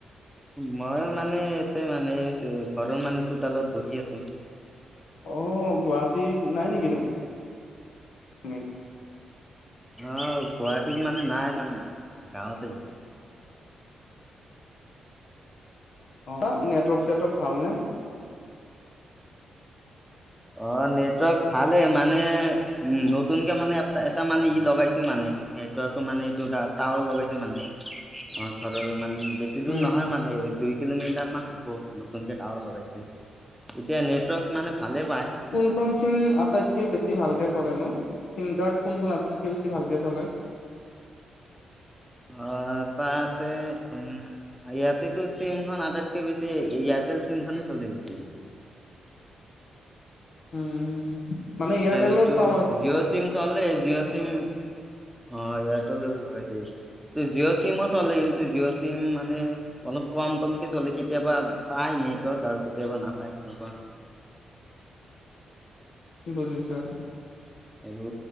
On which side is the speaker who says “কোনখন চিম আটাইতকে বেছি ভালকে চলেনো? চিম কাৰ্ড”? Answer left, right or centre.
Left